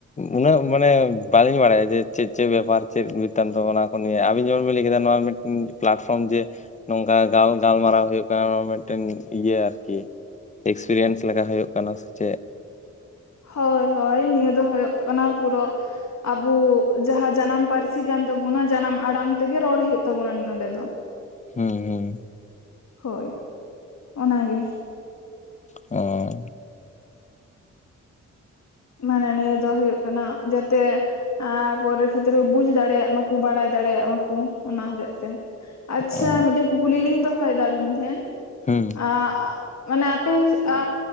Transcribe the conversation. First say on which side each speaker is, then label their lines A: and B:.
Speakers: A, on the left (about 25°); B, on the left (about 60°).
A: ᱩᱱᱟᱹᱜ ᱢᱟᱱᱮ ᱵᱟᱹᱞᱤᱧ, ᱵᱟᱲᱟᱭᱟ ᱡᱮ ᱪᱮᱫ ᱪᱮᱫ ᱵᱮᱯᱟᱨ ᱪᱮᱫ? <unintelligible> ᱚᱱᱟ ᱠᱚ ᱱᱤᱭᱟᱹ ᱟᱹᱵᱤᱱ ᱡᱮᱢᱚᱱ ᱵᱤᱱ ᱞᱟᱹᱭ ᱠᱮᱫᱟ ᱱᱚᱣᱟ ᱢᱤᱫᱴ ᱯᱞᱟᱴᱯᱷᱚᱨᱚᱢ ᱡᱮ ᱱᱚᱝᱠᱟ ᱜᱟᱞ ᱜᱟᱞᱢᱟᱨᱟᱣ ᱦᱩᱭᱩᱜ ᱠᱟᱱᱟ᱾ ᱱᱚᱣᱟ ᱢᱤᱫᱴᱮᱱ ᱤᱭᱟᱹ ᱟᱨᱠᱤ᱾ ᱮᱠᱥᱯᱨᱤᱭᱮᱱᱥ ᱞᱮᱠᱟ ᱦᱩᱭᱩᱜ ᱠᱟᱱᱟ ᱾ᱥᱮ ᱪᱮᱫ
B: ᱦᱳᱭ ᱦᱳᱭ ᱱᱤᱭᱟᱹ ᱫᱚ ᱦᱩᱭᱩᱜ ᱠᱟᱱᱟ᱾ ᱯᱩᱨᱳᱹ ᱟᱵᱩ ᱡᱟᱦᱟᱸ ᱡᱟᱱᱟᱢ ᱯᱟᱹᱨᱥᱤ ᱠᱟᱱ ᱛᱟᱵᱚᱱᱟ, ᱡᱟᱱᱟᱢ ᱟᱲᱟᱝ ᱛᱮᱜᱮ ᱨᱚᱲ ᱦᱩᱭᱩᱜ ᱛᱟᱵᱚᱱᱟ ᱱᱚᱸᱰᱮ ᱫᱚ᱾
A: ᱦᱩᱸ ᱦᱩᱸ
B: ᱦᱳᱭ ᱚᱱᱟᱜᱮ᱾
A: ᱚ
B: ᱢᱟᱱᱮ ᱱᱤᱭᱟᱹ ᱫᱚ ᱦᱳᱭᱳᱜ ᱠᱟᱱᱟ ᱡᱟᱛᱮ ᱟᱨ ᱯᱚᱨᱮᱨ ᱠᱷᱮᱛᱨᱮ ᱵᱩᱡᱽ ᱫᱟᱲᱮᱭᱟᱜ, ᱢᱟᱠᱩ ᱵᱟᱲᱟᱭ ᱫᱟᱲᱮᱭᱟᱜ ᱢᱟᱠᱩ ᱚᱱᱟ ᱦᱚᱛᱮᱜ ᱛᱮ ᱟᱪᱪᱷᱟ
A: ᱚ
B: ᱢᱤᱴᱤᱱ ᱠᱩᱠᱞᱤ ᱞᱤᱧ ᱫᱚᱦᱚᱭ ᱫᱟ ᱟᱹᱵᱤᱱ ᱴᱷᱮᱱ
A: ᱦᱩᱸ
B: ᱟᱜ? ᱢᱟᱱᱮ ᱟᱯᱮ <unintelligible> ᱥᱮᱫ ᱟ